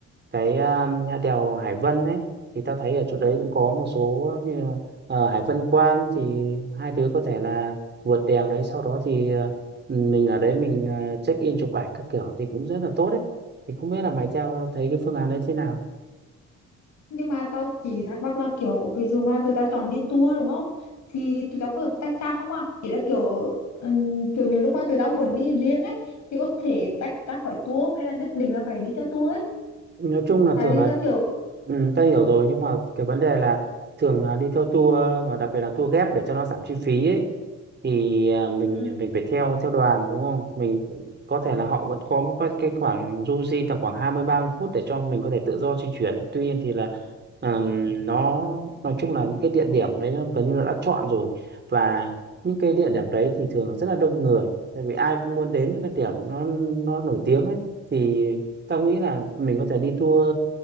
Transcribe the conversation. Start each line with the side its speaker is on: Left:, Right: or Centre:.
Right: cái ờ, đèo Hải Vân ấy thì ta thấy ở chỗ đấy cũng có một số như ờ, Hải Vân Quan thì hai đứa có thể là vượt đèo đấy sau đó thì ờ, mình ở đấy mình ờ, check in chụp ảnh các kiểu thì cũng rất là tốt đấy thì không biết là mày theo thấy cái phương án đấy thế nào
Left: nhưng mà tao chỉ thắc mắc là kiểu ví dụ mà tụi tao chọn đi tour đúng không thì tụi tao có được tách ra không à chỉ là kiểu ừm, kiểu những lúc mà tụi tao muốn đi riêng ấy thì có thể tách ra khỏi tour không? hay là nhất định là phải đi theo tour ấy
Right: nói chung là
Left: tại
Right: thường
Left: vì
Right: là
Left: tao kiểu
Right: ừ, ta hiểu rồi nhưng mà cái vấn đề là thường là đi theo tour mà đặc biệt là tour ghép để cho nó giảm chi phí ấy, thì à, mình
Left: Ừ.
Right: mình phải theo theo đoàn đúng không mình có thể là họ vẫn có một cái cái khoảng du di tầm khoảng hai mươi ba mươi phút để cho mình có thể tự do di chuyển tuy nhiên thì là ừm, nó nói chung là những cái địa điểm đấy nó gần như là đã chọn rồi và những cái địa điểm đấy thì thường là rất là đông người tại vì ai cũng muốn đến những cái điểm nó nó nổi tiếng ấy thì tao nghĩ là mình có thể đi tour